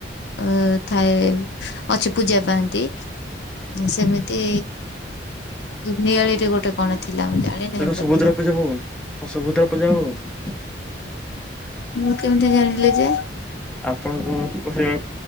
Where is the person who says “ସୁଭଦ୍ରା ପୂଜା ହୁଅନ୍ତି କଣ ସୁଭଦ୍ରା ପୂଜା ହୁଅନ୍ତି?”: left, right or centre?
Centre